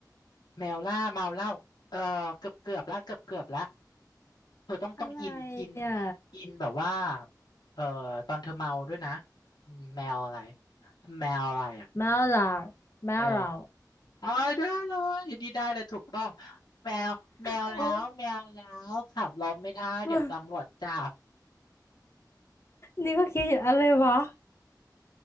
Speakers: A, on the left; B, on the left.
A: แมวล่าเมาเหล่าเออเกือบเกือบละเกือบเกือบละเธอต้องต้องอินอิน
B: อะไรอ่ะ
A: อินแบบว่าเออตอนเธอเมาด้วยนะแมวอะไรแมวอะไรอ่ะ
B: เมาเหล้าเมาเหล้า
A: เออเอ๋อได้เลยอยู่ดีได้เลยถูกต้องแมวแมวแล้วแมวแล้วขับรถไม่ได้เดี๋ยวตำรวจจับ
B: โอ้ว่านี่ก็คิดอยู่อะไรวะ